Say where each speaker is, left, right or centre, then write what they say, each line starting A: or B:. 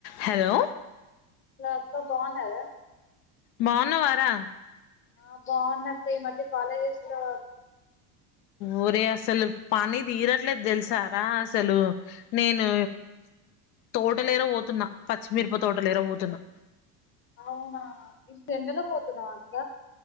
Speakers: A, on the left; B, on the left.
A: హలో
B: లతికా బాగున్నాద
A: బాగున్న వారా
B: ఆ బాగున్నక్క ఈ మధ్య కాలేజెస్ లో
A: ఊరే అసలు పని తీరట్లేదు తెలుసారా అసలు నేను తోట లేర పోతున్నా పచ్చిమిరప తోట లేర పోతున్నా
B: అవునా ఇంత ఎండలు పోతున్నావ అక్క